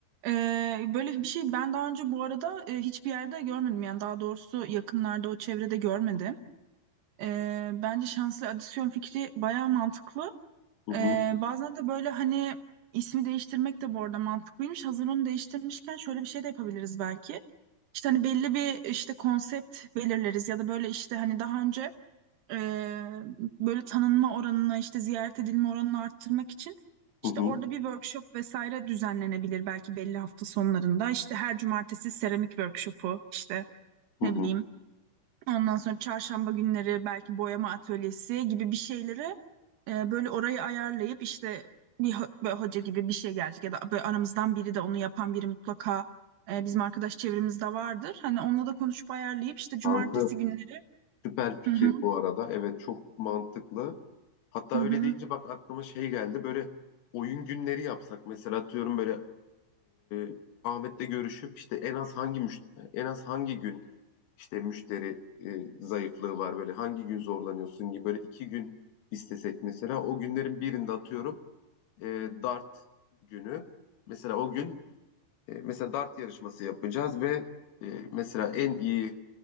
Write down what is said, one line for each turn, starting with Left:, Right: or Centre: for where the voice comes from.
Right: Ee, böyle bir şey ben daha önce bu arada e, hiçbir yerde görmedim. Yani daha doğrusu yakınlarda o çevrede görmedim.
Left: Hı hı
Right: Ee, bence şanslı adisyon fikri bayağı mantıklı.
Left: hı
Right: Ee, bazen de böyle hani ismi değiştirmek de bu arada mantıklıymış. Hazır onu değiştirmişken şöyle bir şey de yapabiliriz belki. İşte hani belli bir işte konsept belirleriz ya da böyle işte hani daha önce ee, böyle tanınma oranını işte ziyaret edilme oranını arttırmak için
Left: hı
Right: işte
Left: hı.
Right: orada bir workshop vesaire düzenlenebilir belki belli hafta sonlarında. İşte her cumartesi seramik workshopu işte
Left: hı
Right: ne
Left: hı.
Right: bileyim
Left: hı.
Right: Ondan sonra çarşamba günleri belki boyama atölyesi gibi bir şeyleri e, böyle orayı ayarlayıp işte bir ho- böyle hoca gibi bir şey gelecek ya da böyle aramızdan biri de onu yapan biri mutlaka e, bizim arkadaş çevremizde vardır. Hani onunla da konuşup ayarlayıp işte cumartesi
Left: Kanka
Right: günleri.
Left: süper fikir
Right: Hı hı,
Left: bu arada. Evet çok mantıklı. Hatta
Right: hı
Left: öyle
Right: hı,
Left: deyince bak aklıma şey geldi. Böyle oyun günleri yapsak mesela atıyorum böyle e, Ahmet'le görüşüp işte en az hangi müşteri, en az hangi gün işte müşteri e, zayıflığı var böyle hangi gün zorlanıyorsun gibi böyle iki gün istesek mesela o günlerin birinde atıyorum e, dart günü. Mesela o gün E, mesela dart yarışması yapacağız ve e, mesela en iyi